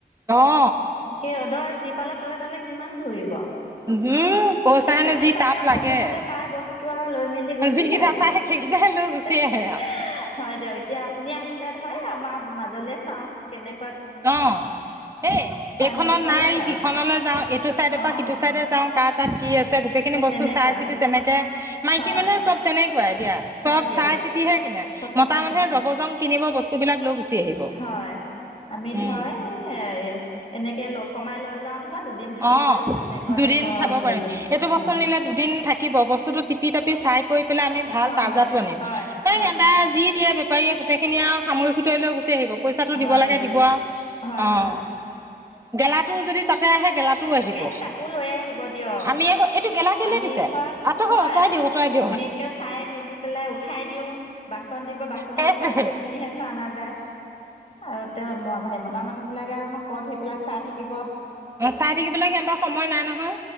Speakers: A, on the right; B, on the left.
A: অ
B: সেই ৰ'দত তিপালৰ তলে-তলে কিমান ঘূৰিব আও!
A: উম কৈছাহেনে
B: সেইকাৰণে
A: যি
B: চাগে
A: তাপ লাগে
B: সন্মুখতে পাই বস্তু আৰু লৈ-মেলি গুচি
A: যিকেইটা
B: যাইগে।
A: পায়
B: হেহ-হেহ-হে,
A: সেইকেইটাই লৈ গুচি আহে আৰু
B: হয় দিয়ক। এতিয়া আপুনি আহিলে ধৰ এ মা মাজলে চাওঁ, কেনেক
A: অ', এই
B: চাই
A: এইখনত
B: মেলি ধৰ
A: নাই
B: লৈ যায়
A: সিখনলৈ যাওঁ, এইটো চাইডে
B: অ',
A: পৰা সিটো চাইডে যাওঁ, কাৰ তাত কি আছে? গোটেইখিনি
B: সেই
A: বস্তু
B: তেনেকুৱা
A: চাই-চিতি তেনেকে মাইকী
B: হয়,
A: মানুহে চব তেনেক ঘূৰাই দিয়া,
B: হয়
A: চব
B: দিয়ক
A: চাই-চিতিহে কিনে।
B: চব
A: মতা
B: চাই
A: মানুহে
B: চিন্তি
A: জবজং কিনিব, বস্তুবিলাক লৈ গুচি আহিব।
B: হয়। আমি
A: উম
B: ধৰ এ এনেকে লওক, কমাই লৈ যাওঁ ধৰ দুদিন খাব
A: অ',
B: পাৰিম এনেকুৱাকে
A: দুদিন
B: ধৰ
A: খাব পাৰিম।
B: লৈ যোৱা
A: এইটো বস্তু
B: হয়,
A: নিলে দুদিন থাকিব, বস্তুতটো টিপি-টপি চাই কৰি পেলাই আমি ভাল
B: হয়,
A: তাজাটো আনিম।
B: হয়,
A: এই
B: হয়,
A: ইহঁতে যি দিয়ে বেপাৰীয়ে গোটেইখিনি আৰু সামৰিক-সুতৰি লৈ গুচি আহিব। পইচাটো
B: হয়
A: দিব লাগে
B: দিয়ক।
A: দিব আও।
B: হয়,
A: অ'।
B: হয়,
A: গেলাটোও যদি তাত তে আহে গেলাটোও আহিব।
B: এ তাকো লৈ আহিব দিয়ক।
A: আমি আকৌ এইটো গেলা কেলে
B: আমি
A: দিছে
B: ধৰ
A: আঁতৰ
B: হয়,
A: আঁতৰাই দিয়ক আঁতৰাই দিয়ক
B: আমি একে চাই-মেলি পেলাই উঠাই দিওঁ। বাচন দিব, বাচনত
A: সেইটোৱে
B: উঠাই দি-মেলিহে ধৰ অনা যায়। আৰু তেওঁ ম-ম হেৰি মতা মানুহ বিলাকে আৰু নো ক'ত সেইবিলাক চাই থাকিব।
A: অ', চাই থাকিবলৈ সিহঁতৰ সময় নাই নহয়।